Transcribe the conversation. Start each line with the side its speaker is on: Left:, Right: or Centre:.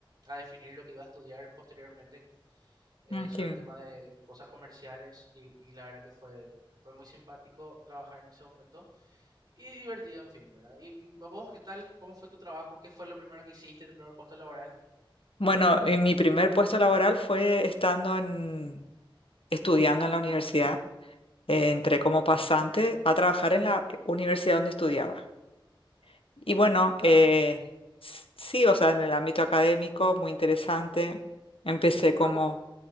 Right: a definir lo que iba a estudiar posteriormente eh,
Left: Ah,
Right: sobre
Left: qué bien.
Right: el tema de cosas comerciales y, y la verdad que fue, fue muy simpático trabajar en ese momento y divertido, en fin, ¿verdad? Y, y vos, ¿qué tal? ¿Cómo fue tu trabajo? ¿Qué fue lo primero que hiciste, tu primer puesto laboral?
Left: Bueno, eh, mi primer puesto laboral fue estando en, estudiando en la universidad. Eh, entré como pasante a trabajar en la universidad donde estudiaba. Y bueno,
Right: Ah,
Left: eh, s- sí, o sea, en el ámbito académico, muy interesante. Empecé como...
Right: pero ¿cómo,